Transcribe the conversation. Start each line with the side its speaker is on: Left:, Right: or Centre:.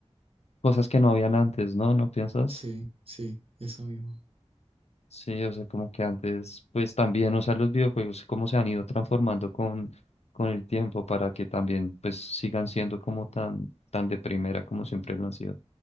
Left: Cosas que no habían antes, ¿no? ¿No piensas?
Right: Sí, sí, eso mismo.
Left: Sí, o sea, como que antes, pues también, o sea, los videojuegos, cómo se han ido transformando con, con el tiempo para que también, pues, sigan siendo como tan, tan de primera como siempre lo han sido.